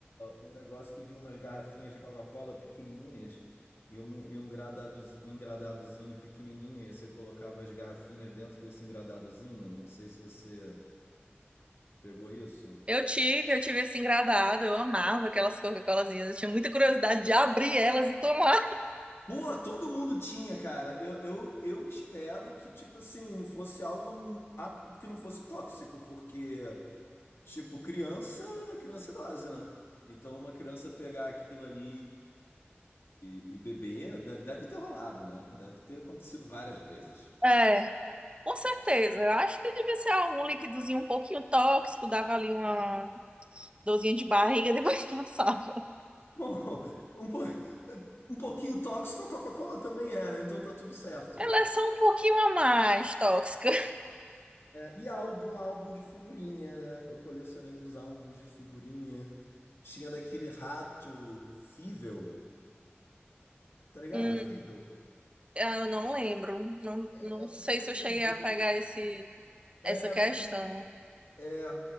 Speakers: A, on the left; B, on the right.
A: um negócio que vinha umas garrafinhas de Coca-Cola pequenininhas e um, e um gradados- engradadozinho pequenininho e você colocava as garrafinhas dentro desse engradadozinho. Não sei se você Pegou isso?
B: Eu tive, eu tive esse engradado, eu amava aquelas Coca-Colazinhas, eu tinha muita curiosidade de abrir elas e tomar.
A: Pô, todo mundo tinha, cara. Eu, eu, eu espero que, tipo assim, fosse algo a- que não fosse tóxico, porque, tipo, criança, criança é dose, né? Então, uma criança pegar aquilo ali e, e beber, de- deve ter rolado, né? Deve ter acontecido várias vezes.
B: É. Com certeza. Eu acho que devia ser algum líquidozinho um pouquinho tóxico, dava ali uma dorzinha de barriga, <laughs> depois passava.
A: Bom, <laughs> um, po- um pouquinho tóxico a Coca-Cola também é, né? Então tá tudo certo.
B: Ela é só um pouquinho a mais tóxica.
A: E álbum, álbum de figurinha, né? Eu colecionei os álbuns de figurinha. Tinha daquele rato Fível, tá ligado?
B: Hum,
A: Fível.
B: eu não lembro. Não,
A: É,
B: não
A: é,
B: sei
A: foi
B: se
A: um
B: eu cheguei
A: desenho.
B: a pegar esse,
A: É,
B: essa questão.
A: foi um. de- É,